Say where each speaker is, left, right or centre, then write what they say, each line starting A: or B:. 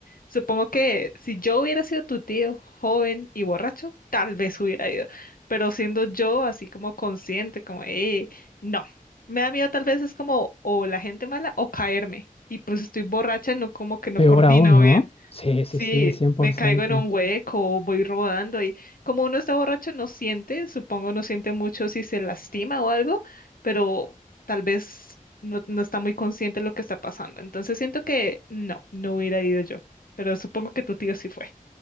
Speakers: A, on the left; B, on the left.
A: Supongo que si yo hubiera sido tu tío, joven y borracho, tal vez hubiera ido, pero siendo yo así como consciente, como, eh, no, me da miedo tal vez es como o la gente mala o caerme y pues estoy borracha, no como que no
B: Peor
A: coordino
B: aún, ¿no?
A: bien.
B: Sí, sí,
A: Sí,
B: sí, cien por
A: me caigo
B: ciento
A: en un hueco, voy rodando y como uno está borracho no siente, supongo no siente mucho si se lastima o algo, pero tal vez no, no está muy consciente de lo que está pasando. Entonces siento que no, no hubiera ido yo, pero supongo que tu tío sí fue.